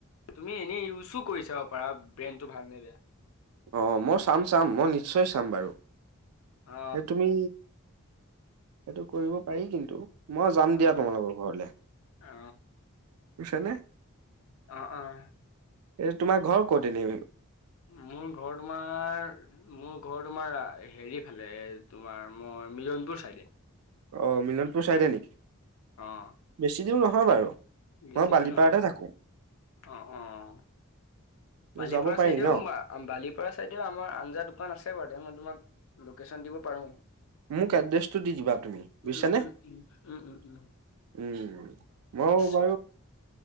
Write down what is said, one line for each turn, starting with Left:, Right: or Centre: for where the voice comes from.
Left: তুমি এনে ইউজো কৰিছা পাৰা ব্ৰেইনটো ভাল নে বেয়া।
Right: অ মই চাম-চাম মই নিশ্চয় চাম বাৰু
Left: অ
Right: তুমি। সেইটো কৰিব পাৰি কিন্তু। মই যাম
Left: অ
Right: দিয়া তোমালোকৰ ঘৰলে
Left: অ
Right: বুজিছা নে?
Left: অ-অ <inaudible>
Right: এই তোমাৰ ঘৰ ক'ত এনেই? <unintelligible>
Left: মোৰ ঘৰ তোমাৰ মোৰ ঘৰ তোমাৰ হেৰি ফালে তোমাৰ মই। মিলনপুৰ চাইডে।
Right: অ মিলনপুৰ চাইডে নেকি?
Left: আহ।
Right: বেছি দূৰ নহয় বাৰু।
Left: বেছি
Right: মই বালিপাৰাতে
Left: দূৰ নহয়
Right: থাকো
Left: অঁ-অঁ। বালিপৰা
Right: যাব পাৰি
Left: চাইদেও
Right: ন'
Left: বালিপৰা চাইদেও আমাৰ আঞ্জা দোকান আছে বাৰু ত। তোমাক লোকেশ্যন দিব পাৰোঁ।
Right: মোক এড্ৰেছটো দি দিবা তুমি
Left: উম
Right: বুজিছানে?
Left: উম উম উম উম উম
Right: উম-উম মইও।
Left: হয়চ।